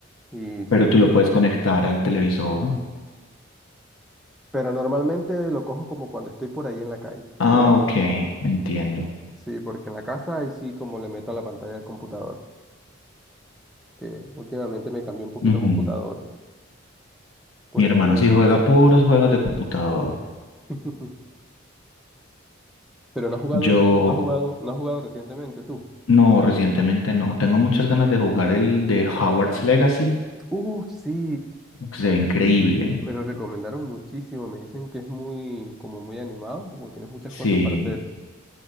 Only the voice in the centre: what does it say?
Y
sí,
te-
pero normalmente lo cojo como cuando estoy por ahí en la calle.
¿Sí ves?
Sí, porque en la casa ahí sí como le meto a la pantalla del computador, que últimamente me cambié un poquito
a computador, por
eso
de
ver.
<laughs> Pero no has jugado,
hace- no has jugado, no has jugado recientemente tú.
Uf, sí,
me lo recomendaron muchísimo. Me dicen que es muy, como muy animado, como que tienes muchas cosas
para hacer.